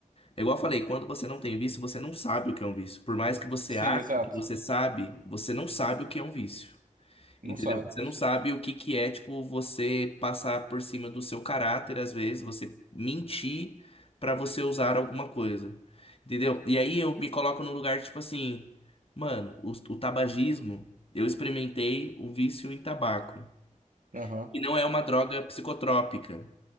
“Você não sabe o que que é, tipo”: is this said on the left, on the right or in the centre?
Left